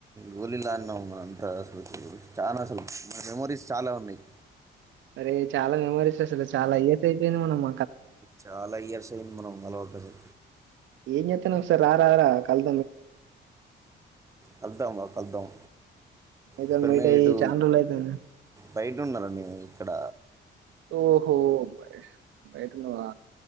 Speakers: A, on the right; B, on the right.
A: గోలీలాడినం. అంత అసలు చాన అసలు మా మెమరీస్ చాలా ఉన్నయి
B: అరే చాలా మెమరీస్ అసలు చాలా ఇయర్స్ అయిపోయింది మనమ్
A: చాల ఇయర్స్ యింది మనం కలవకనే
B: ఏం చేత్తానవ్ ఒకసారి రారా కలు
A: కళ్దాం రా కళ్దాం
B: నీతోని
A: ఇక్కడున్న
B: మీట్ అయ్యి
A: ఏటూ
B: చానా రోజులు అయితుంది
A: బయటున్నరా నేను ఇక్కడ
B: ఓహో బయ- బయట ఉన్నవా